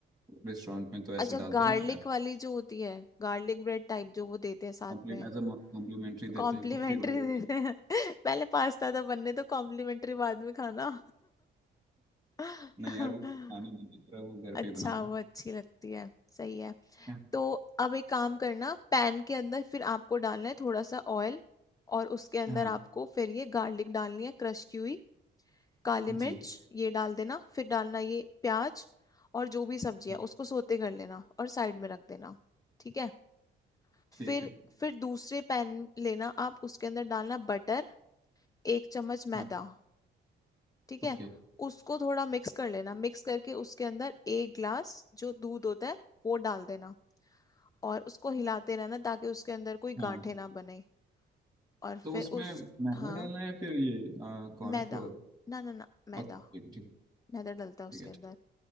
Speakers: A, on the right; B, on the left.
A: रेस्टोरेंट में तो ऐसे
B: अच्छा
A: डालते
B: गार्लिक
A: हैं ना
B: वाली जो होती है गार्लिक ब्रेड टाइप जो वो देते हैं साथ
A: कॉम्प्लीमेंट
B: में
A: एज अ कॉम्प्लीमेंट्री देते
B: कॉम्प्लीमेंट्री
A: हैं तो फिर वो
B: देते हैं <laughs> पहले पास्ता था बनने तो कॉम्प्लीमेंट्री बाद में खाना <laughs>
A: नहीं यार वो खाने नहीं की तरह वो घर
B: अच्छा
A: पे ही बनाऊंगा
B: वो अच्छी लगती है सही है
A: क्या?
B: तो अब एक काम करना पैन के अंदर फिर आपको डालना है थोड़ा सा ऑयल और उसके अंदर
A: हाँ
B: आपको फिर ये गार्लिक डालनी है क्रश की हुई काली
A: जी
B: मिर्च ये डाल देना फिर डालना ये प्याज और जो भी सब्जी
A: हाँ
B: है उसको सोते कर लेना और साइड में रख देना ठीक है
A: ठीक
B: फिर
A: है
B: फिर दूसरे पैन लेना आप उसके अंदर डालना बटर एक चम्मच मैदा
A: हाँ
B: ठीक
A: ओके
B: है उसको थोड़ा मिक्स कर लेना मिक्स करके उसके अंदर एक ग्लास जो दूध होता है वो डाल देना और उसको हिलाते रहना ताकि उसके अंदर कोई
A: हाँ
B: गांठें ना बने और
A: तो
B: फिर
A: उसमें
B: उस
A: मैदा
B: हाँ
A: डालना है फिर ये कॉर्नफ्लोर
B: मैदा ना ना ना मैदा
A: ओके ठीक ठीक
B: मैदा डलता है उसके
A: ठीक है
B: अंदर
A: ठीक